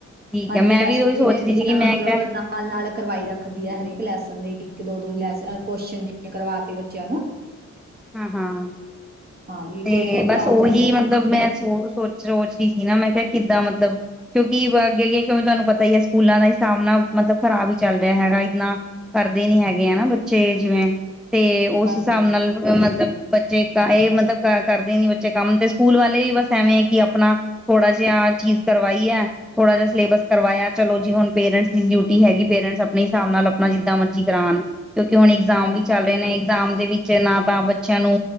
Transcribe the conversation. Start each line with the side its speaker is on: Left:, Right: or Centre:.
Centre: ਠੀਕ
Right: ਹਾਂਜੀ
Centre: ਹੈ ਮੈਂ
Right: ਟੈਸਟ
Centre: ਉਹੀ ਸੋਚਦੀ
Right: ਵੀ ਲੈਂਦੀ
Centre: ਸੀ ਕਿ
Right: ਆ
Centre: ਮੈਂ
Right: ਮਤਲਬ
Centre: ਕਿਹਾ
Right: ਨਾਲ ਨਾਲ ਕਰਵਾਈ ਰੱਖਦੀ ਹੈ ਹਰੇਕ ਲੈਸ ਦੇ ਦੋ ਦੋ ਲੈਸ ਕੁਸ਼ਚਨ ਜਿਵੇ ਕਰਵਾਤੇ ਬੱਚਿਆਂ ਨੂੰ
Centre: ਹਾਂ ਹਾਂ
Right: ਹਾਂ ਵੀ
Centre: ਤੇ
Right: ਕੋਲੋਂ ਪੱਕਾ
Centre: ਬਸ
Right: ਹੋ
Centre: ਉਹੀ
Right: ਜਾਂਦਾ
Centre: ਮਤਲਬ ਮੈਂ ਸੋ ਸੋਚ ਸੋਚ ਸੀ ਨਾ ਮੈਂ ਕਿਹਾ ਕਿੱਦਾਂ ਮਤਲਬ ਕਿਉਂਕਿ ਅੱਗੇ ਅੱਗੇ ਕਿਵੇਂ ਤੁਹਾਨੂੰ ਪਤਾ ਹੀ ਹੈ ਸਕੂਲਾਂ ਦਾ ਹੀ ਸਾਹਮਣਾ ਮਤਲਬ ਖ਼ਰਾਬ ਹੀ ਚੱਲ ਰਿਹਾ ਹੈਗਾ ਇਏਦਨਾ ਕਰਦੇ ਨੀ ਹੈਗੇ ਹਨਾ ਬੱਚੇ ਜਿਵੇਂ ਤੇ ਉਸ
Right: ਹਾਂਜੀ
Centre: ਹਿਸਾਬ
Right: ਹਾਂਜੀ
Centre: ਨਾਲ ਮਤਲਬ ਬੱਚੇ ਕਏ ਮਤਲਬ ਕਰਦੇ ਨੀ ਬੱਚੇ ਕੰਮ ਤੇ ਸਕੂਲ ਵਾਲੇ ਵੀ ਬਸ ਐਵੇਂ ਹੈ ਕਿ ਆਪਣਾ ਥੋੜਾ ਜਿਹਾਹ ਚੀਜ਼ ਕਰਵਾਈ ਹੈ ਥੋੜਾ ਜਹਾ ਸਿਲੇਬਸ ਕਰਵਾਇਆ ਚਲੋ ਜੀ ਹੁਣ ਪੇਰੈਂਟਸ ਦੀ ਡਿਊਟੀ ਹੈਗੀ ਪੇਰੈਂਟਸ ਆਪਣੇ ਹਿਸਾਬ ਨਾਲ ਆਪਣਾ ਜਿਦਾਂ ਮਰਜੀੀ ਕਰਾਉਣ ਕਿਉਂਕਿ ਹੁਣ ਇਗਜ਼ਾਮ
Right: ਹਾਂ-
Centre: ਵੀ ਚੱਲ ਰਹੇ ਨੇ ਇਗਜ਼ਾਮ ਦੇ ਵਿੱਚ ਨਾ ਆਪਾਂ ਬੱਚਿਆਂ ਨੂੰ